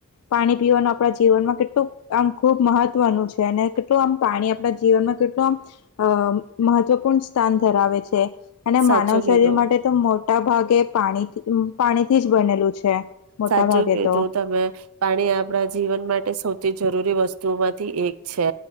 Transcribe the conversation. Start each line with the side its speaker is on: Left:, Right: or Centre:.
Left: પાણી પીવાનું આપણા જીવનમાં કેટલું આમ ખુબ મહ ત્વ છે અને કેટલું આમ પાણી આપણા જીવનમાં કેટલું આમ અ મહત્વપૂર્ણ સ્થાન ધરાવે છે. અને
Right: સાચું
Left: માનવ શરીર
Right: કીધું
Left: માટે તો મોટા ભાગે પાણી પાણીથી જ બનેલું છે. મોટા
Right: સાચું
Left: ભાગે
Right: પ
Left: તો
Right: જો તમે પાણી આપણા જીવન માટે સૌથી જરૂરી વસ્તુઓમાંથી એક છે